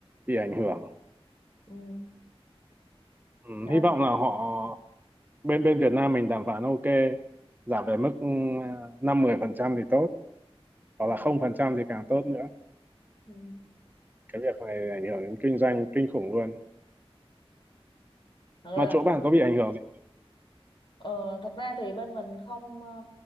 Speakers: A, on the right; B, on the left.
A: bị ảnh hưởng
B: Ừ.
A: Ừ,
B: Đó,
A: hy vọng là họ bên bên Việt Nam mình đàm phán ok giảm về mức ờ, năm mười phần trăm thì tốt hoặc
B: Ừ.
A: là không phần trăm thì càng tốt nữa
B: Ừ.
A: cái việc này ảnh hưởng đến kinh doanh kinh khủng luôn
B: Thật ra
A: mà
B: là
A: chỗ
B: cũng
A: bạn có bị ảnh hưởng gì
B: ờ, thật ra thì bên mình không ờ,